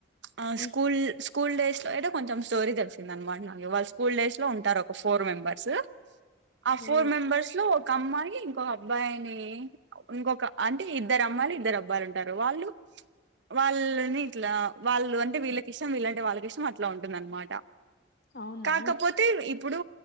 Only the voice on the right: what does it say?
ఆ
స్కూల్ స్కూల్ డేస్ లో అయితే కొంచెం స్టోరీ తెలిసింద అనమాట నాకు వాళ్ళు స్కూల్ డేస్ లో ఉంటారు ఒక ఫోర్ మెంబర్స్ ఆ
ఫోర్ మెంబర్స్ అమ్మాకి ఇంకొక అబ్బాయిని ఇంకొక అంటే ఇద్దరు అమ్మాయిలు ఇద్దరు అబ్బాయిలు ఉంటారు వాళ్ళు వాళ్ళని ఇట్లా వాళ్ళు అంటే విళ్ళకి ఇష్టం వాళ్లంటే వాళ్ళకి ఇష్టం అట్లా ఉంటుంద అనమాట
కాకపోతే ఇప్పుడు